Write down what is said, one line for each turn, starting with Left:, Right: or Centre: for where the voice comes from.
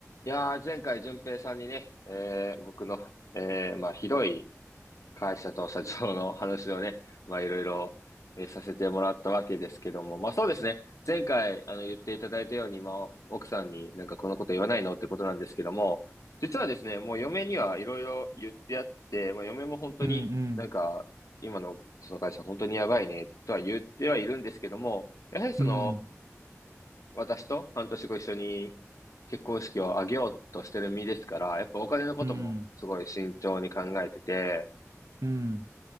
Left: いやー、前回、淳平さんにね、えー僕の、えーまあ、ひどい会社と社長の話をね、まあ、いろいろ、えーさせてもらったわけですけども、まあ、そうですね。前回、あの、言っていただいたように、まあ、奥さんになんかこのこと言わないのってことなんですけども、実はですね、もう嫁にはいろいろ言ってやって、まあ、嫁も本当になんか、
Right: うん
Left: 今のその会社本当にやばいね、とは言ってはいるんですけども、やはりその、
Right: うん。うん。
Left: 私と半年後一緒に結婚式を挙げようとしてる身ですから、やっぱお金のこともすごい慎重に考えてて、
Right: うん。うん。